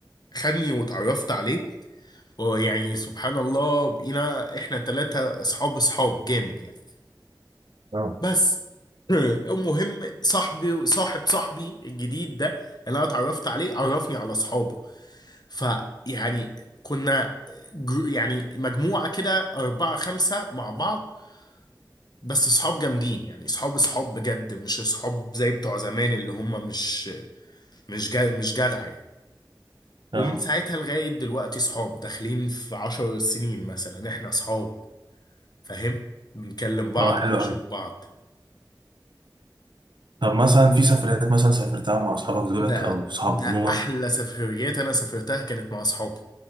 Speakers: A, on the left; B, on the right.
A: خدني وتعرفت عليه ويعني سبحان الله بقينا احنا ثلاثة اصحاب اصحاب جامد يعني
B: اه
A: بس <clears throat> المهم صاحبي صاحب صاحبي الجديد ده اللي انا اتعرفت عليه عرفني على اصحابه فيعني كنا جر- يعني مجموعة كده أربعة خمسة مع بعض بس اصحاب جامدين يعني اصحاب اصحاب بجد مش اصحاب زي بتوع زمان اللي هم مش مش جا مش جدع يعني
B: اه
A: ومن ساعتها لغاية دلوقتي صحاب داخلين في عشر سنين مثلا احنا صحاب فاهم بنكلم بعض
B: اه
A: بنشوف
B: حلو قوي
A: بعض
B: طب مثلا في سفريات مثلا سافرتها مع اصحابك دولت
A: ده
B: او صحاب
A: ده
B: عموما
A: أحلى سفريات أنا سافرتها كانت مع أصحابي